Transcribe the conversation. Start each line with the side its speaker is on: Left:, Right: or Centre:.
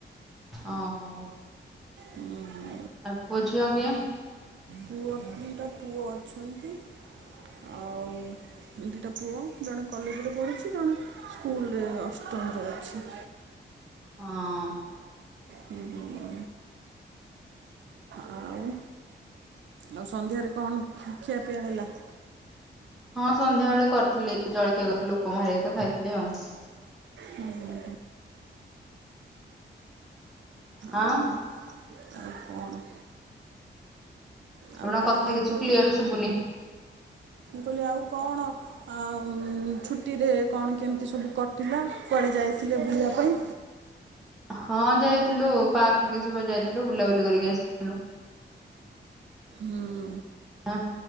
Centre: ଓହୋ।
Right: ହୁଁ ହୁଁ
Centre: ଆଉ ପୁଅ ଛୁଆ କିଏ?
Right: ପୁଅ ଦିଟା ପୁଅ ଅଛନ୍ତି।
Centre: <inaudible>
Right: ଆଉ ଦୁଇଟା ପୁଅ ଜଣେ କଲେଜରେ ପଢ଼ୁଛି, ଜଣେ ସ୍କୁଲରେ ଅଷ୍ଟମରେ ଅଛି।
Centre: ହଁ ଅଁ
Right: ହୁଁ ହୁଁ। ଆଉ ଆଉ ସନ୍ଧ୍ୟାରେ କଣ ଖିଆପିଆ ହେଲା?
Centre: ହଁ ସନ୍ଧ୍ୟା ବେଳେ କରିଥିଲି ଜଳଖିଆ କରିଥିଲି ଉପମା ହେରିକା ତ ଖାଇଥିଲେ ଆଉ।
Right: ହୁଁ ଉଁ।
Centre: ହଁ
Right: ଆଉ ଆଉ କଣ?
Centre: ଆପଣଙ୍କ
Right: ଆଉ କଣ
Centre: କଥା କିଛି
Right: <unintelligible>
Centre: କ୍ଲିୟର
Right: ମୁଁ
Centre: ଶୁଭୁନି।
Right: କହିଲି ଆଉ କଣ? ଆଉ ଛୁଟିରେ କଣ କେମିତି ସବୁ କଟିଲା କୁଆଡ଼େ ଯାଇଥିଲେ ବୁଲିବା ପାଇଁ?
Centre: ହଁ ଯାଇଥିଲୁ, ପାର୍କ ଘରିକା ସବୁ ଯାଇଥିଲୁ ବୁଲାବୁଲି କରିକି ଆସିଲୁ।
Right: ହୁଁ ଉଁ
Centre: ହ